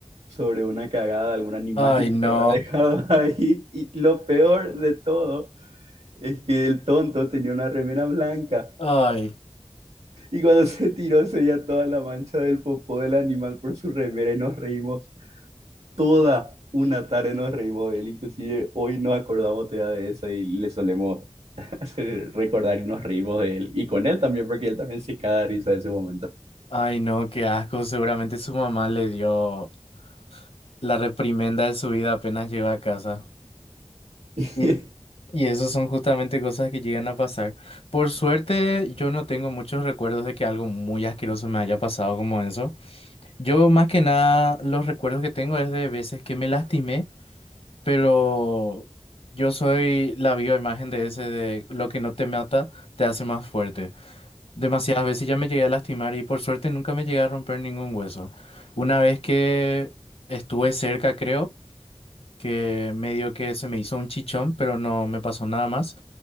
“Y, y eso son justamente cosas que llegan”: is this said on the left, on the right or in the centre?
Left